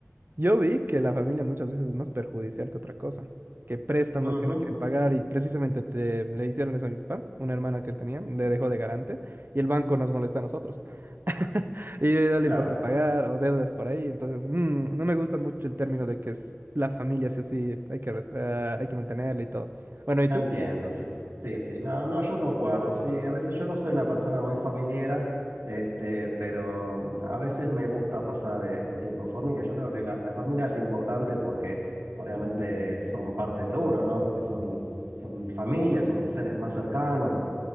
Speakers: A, on the right; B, on the right.
A: Yo vi que la familia muchas veces es más perjudicial que otra cosa, que préstamos
B: ujú,
A: que no quieren pagar y precisamente te, le hicieron eso a mi papá, una hermana que tenía, le dejó de garante y el banco nos molesta a nosotros. <laughs> Y dale
B: claro.
A: por qué pagar o deudas por ahí, entonces mm, no me gusta mucho el término de que es la familia, sí o sí, hay que, res- eh, hay que mantenerla y todo. Bueno, ¿y
B: Entiendo,
A: tú?
B: sí. Sí, sí. No, no, yo concuerdo. Sí, a veces yo no soy una persona muy familiera, este, pero mm, a veces me gusta pasar eh, el tiempo en familia. Yo creo que la, la familia es importante porque obviamente son parte de uno, ¿no? Que son, son mi familia, son mis seres más cercanos. mi-